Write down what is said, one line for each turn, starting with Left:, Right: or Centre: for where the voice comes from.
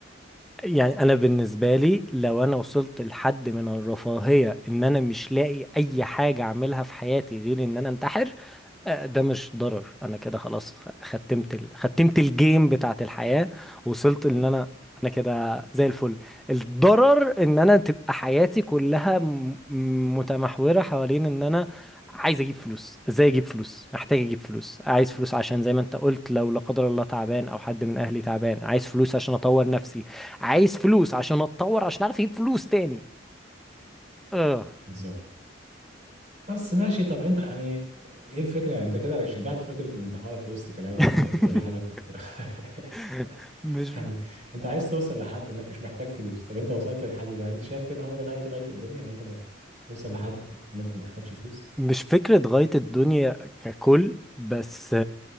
Centre: يعني أنا بالنسبة لي لو أنا وصلت لحد من الرفاهية إن أنا مش لاقي أي حاجة أعملها في حياتي غير إن أنا أنتحر آه، ده مش ضرر انا كده خلاص خ- ختمت ال... ختمت الجيم بتاعت الحياة وصلت ان انا انا كده زي الفل الضرر ان انا تبقى حياتي كلها م... م- متمحورة حوالين ان انا عايز اجيب فلوس ازاي اجيب فلوس محتاج اجيب فلوس عايز فلوس عشان زي ما انت قلت لو لا قدر الله تعبان او حد من اهلي تعبان عايز فلوس عشان اطور نفسي عايز فلوس عشان اتطور عشان اعرف اجيب فلوس تاني اه
Right: بالظبط بس ماشي طب انت يعني ايه الفكره يعني انت كده شجعت فكره الانتحار في وسط كلامك
Centre: <laughs>
Right: على فكره ودي حاجه خطيره <laughs>
Centre: <laughs> مش
Right: يعني انت عايز توصل لحد انك مش محتاج فلوس طب انت وصلت للحد ده انت شايف كده هو ده غايه غايه الدنيا ان انت ما توصل لحد ان انت ما تحتاجش فلوس
Centre: مش فكرة غاية الدنيا ككل بس